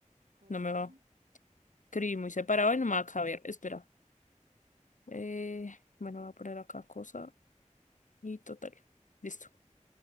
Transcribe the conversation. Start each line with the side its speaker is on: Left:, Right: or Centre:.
Right: cosa
Left: no me va. Escribí muy
Right: y total.
Left: separado y no me va a caber, espera. Eh, bueno, voy a poner acá cosa y total. Listo.